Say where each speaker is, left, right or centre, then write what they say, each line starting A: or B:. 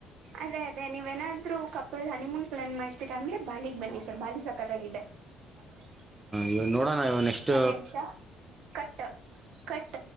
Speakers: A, on the right; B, on the right.
A: ಅದೇ ಅದೇ ನೀವು ಏನಾದರೂ ಕಪಲ ಹನಿಮೂನ್ ಪ್ಲಾನ್ ಮಾಡ್ತೀರಾ ಅಂದ್ರೆ ಬಾಲಿಂಗ್ ಬನ್ನಿ. ಸರ್ ಬಾರಿ ಸಕತ್ತಾಗಿದೆ <unintelligible>
B: ಇವಾಗ ನೋಡೋಣ ಇವಾಗ ನೆಕ್ಸ್ಟ್
A: ಒಂದ ನಿಮಿಷ ಕಟ್ಟ ಕಟ್ಟ.